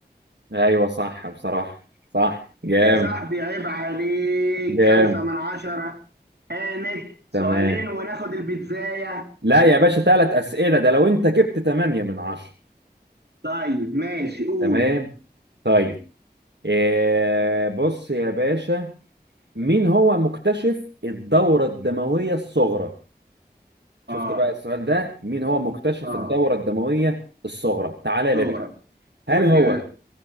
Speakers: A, on the right; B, on the right.
A: أيوة صح بصراحة صح جامد
B: يا صاحبي عيب عليك
A: جامد
B: خمسة من عشرة هانت سؤالين
A: تمام
B: وناخد البيتزاية
A: لا يا باشا ثلاث أسئلة ده لو أنت جبت تمانية من عشرة
B: طيب ماشي قول
A: تمام طيب آه، بص يا باشا مين هو مكتشف الدورة الدموية الصغرى شفت
B: اه
A: بقى السؤال ده مين هو مكتشف
B: اه
A: الدورة الدموية الصغرى تعالى
B: صغرى
A: لي بقى هل
B: قول
A: هو
B: لي